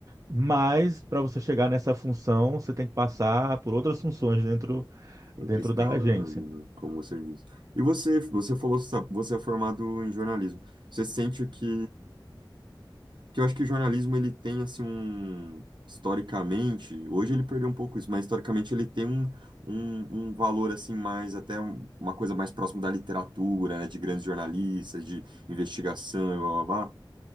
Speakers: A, on the right; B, on the right.
A: Mas para você chegar nessa função, você tem que passar por outras funções dentro,
B: Tem
A: dentro
B: que ir escalando
A: da agência.
B: ali, né? Como você disse. E você, você falou, sabe, você é formado em jornalismo. Você sente que... Porque eu acho que o jornalismo, ele tem, assim, um... Historicamente, hoje ele perdeu um pouco isso, mas historicamente ele tem um, um, um valor, assim, mais... Até um- uma coisa mais próxima da literatura, né? De grandes jornalistas, de investigação, e blá, blá, blá.